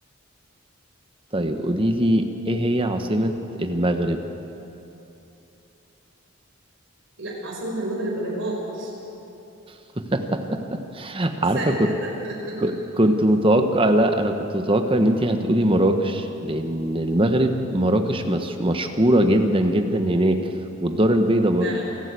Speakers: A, on the right (about 25°); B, on the right (about 65°).
A: طيب قولي لي ايه هي عاصمة المغرب
B: لا عاصمة المغرب الرباط
A: <laughs>
B: سهل
A: عارفة
B: ده <laughs>
A: ك- كنت متوقع لا انا كنت متوقع ان انتي هتقولي مراكش لان المغرب مراكش مش مشهورة جدا جدا هناك والدار البيضاء برضو
B: فعلا